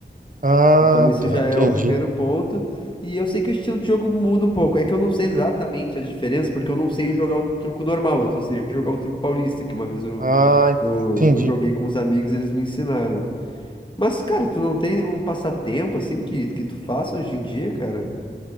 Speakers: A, on the right; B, on the left.
A: Ah,
B: Então isso
A: tá,
B: já
A: entendi.
B: é o primeiro ponto. E eu sei que o estilo de jogo muda um pouco. É que eu não sei exatamente as diferenças, porque eu não sei jogar o truco normal, eu só sei jogar o truco paulista, que uma vez eu,
A: Ah,
B: eu,
A: entendi.
B: eu joguei com os amigos e eles me ensinaram. Mas, cara, tu não tem nenhum passatempo assim que, que tu faça hoje em dia, cara?